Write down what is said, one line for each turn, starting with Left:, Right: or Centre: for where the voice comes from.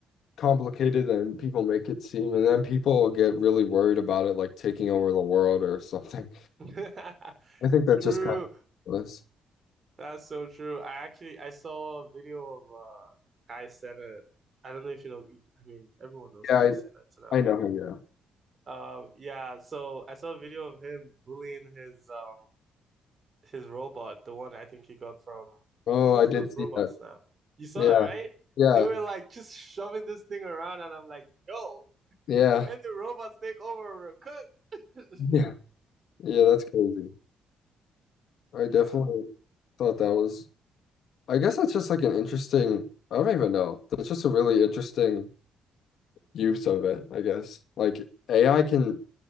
Left: complicated than people make it seem, and then people get really worried about it, like taking over the world or something.
Right: <laughs>
Left: <laughs> I think that's
Right: True.
Left: just kind of ridiculous.
Right: That's so true. I actually I saw a video of uh Kai Cenat. I don't know if you know I mean everyone knows
Left: Yeah,
Right: Kai Cenat now.
Left: I I know him. Yeah.
Right: Um yeah, so I saw a video of him bullying his um his robot, the one I think he got from
Left: Oh,
Right: who makes
Left: I did
Right: those
Left: see
Right: robots
Left: that.
Right: now? You saw
Left: Yeah,
Right: it, right?
Left: yeah,
Right: They were like just shoving this thing around, and I'm like, yo,
Left: yeah,
Right: when do robots take over, we're cooked.
Left: <laughs> yeah,
Right: <laughs>
Left: yeah. That's crazy. I definitely
Right: Yeah,
Left: thought that was. I guess that's just like an interesting. I don't even know. That's just a really interesting use of it. I guess like AI can